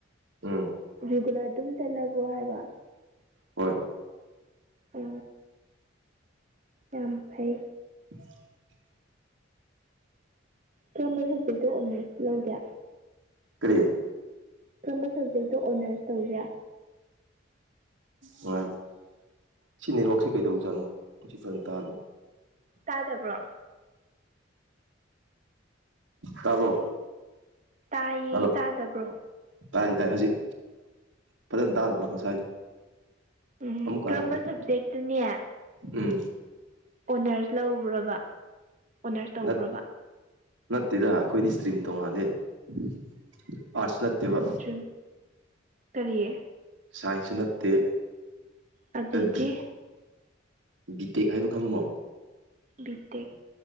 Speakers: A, on the right (about 75°); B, on the right (about 40°).
A: ꯎꯝ
B: ꯔꯤꯒꯨꯂꯔ ꯑꯗꯨꯝ ꯆꯠꯂꯕꯣ ꯍꯥꯏꯕ꯫
A: ꯍꯣꯏ꯫
B: ꯑꯣ ꯌꯥꯝ ꯐꯩ꯫
A: <unintelligible>
B: ꯀꯔꯝꯕ ꯁꯕꯖꯦꯛꯇꯣ ꯑꯣꯅꯔꯁ ꯂꯣꯏꯒꯦ꯫
A: ꯀꯔꯤ꯫
B: ꯀꯔꯝꯕ ꯁꯕꯖꯦꯛꯇ ꯑꯣꯅꯔꯁ ꯇꯧꯒꯦ꯫
A: ꯑꯁ ꯁꯤ ꯅꯦꯠꯋꯥꯔꯛꯁꯦ ꯀꯩꯗꯧꯕꯖꯥꯠꯅꯣ ꯃꯁꯤ ꯐꯖꯅ ꯇꯥꯗꯦ꯫
B: ꯇꯥꯗꯕ꯭ꯔꯣ꯫
A: ꯇꯥꯕꯣ
B: ꯇꯥꯏꯌꯦ
A: ꯍꯜꯂꯣ꯫
B: ꯇꯥꯗꯕ꯭ꯔꯣ
A: ꯇꯥꯏ ꯇꯥꯏ ꯍꯧꯖꯤꯛ ꯐꯖꯅ ꯇꯥꯗꯕ ꯉꯁꯥꯏꯗꯣ꯫
B: ꯎꯝ
A: ꯑꯃꯨꯛꯀ
B: ꯀꯔꯝꯕ
A: ꯍꯥꯏꯔꯅꯦ
B: ꯁꯕꯖꯦꯛꯇꯅꯦ꯫
A: ꯎꯝ꯫
B: ꯑꯣꯅꯔꯁ ꯂ꯭ꯧꯕꯔꯕ ꯑꯣꯅꯔꯁ ꯇꯧꯕ꯭ꯔꯕ꯫
A: ꯅꯠ ꯅꯠꯇꯦꯗ ꯑꯩꯈꯣꯏꯗꯤ ꯏꯁꯇ꯭ꯔꯤꯝ ꯇꯧꯉꯥꯂꯦ ꯑꯥꯔꯠꯁ ꯅꯠꯇꯦꯕ꯫
B: ꯏꯁꯇ꯭ꯔꯤꯝ ꯀꯔꯤ
A: ꯁꯥꯏꯁꯨ ꯅꯠꯇꯦ
B: ꯑꯗꯨꯗꯤ
A: ꯑꯕꯤ ꯕꯤꯇꯦꯛ ꯍꯥꯏꯗꯣ ꯈꯪꯉꯨꯃꯣ
B: ꯕꯤꯇꯦꯛ